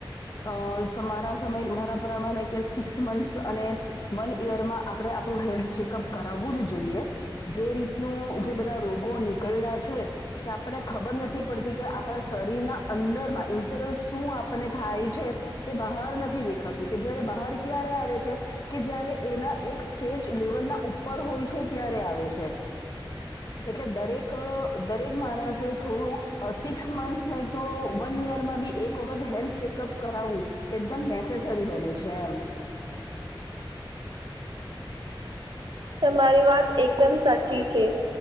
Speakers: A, on the left (about 50°); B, on the right (about 65°).
A: અ મારા સમય મારા પ્રરામા કે સિક્સ મંથસ અને વન ઈયર માં આપડે આપણું હેલ્થ ચેકઅપ કરાવવું જ જોઈએ. જે રીતનું જે બધા રોગો નીકળ્યા છે. કે આપણને ખબર નથી પડતી કે આપણા શરીરના અંદરમાં ઇન્ટરલ શું આપણને થાય છે. એ બહાર નથી દેખાતું કે જયારે બહાર ક્યારે આવે છે કે જય્યારે એના એક સ્ટેજ લેવલના ઉપર હોય છે ત્યારે આવે છે એટલે દરેક દરેક માણસે થોડું સિક્સ મંથસ ન તો વન યરમાં બી એક વખત હેલ્થ ચેકઅપ કરાવવું એકદમ નેસેસરી બને છે એમ
B: તમારી વાત એકદમ સાચી છે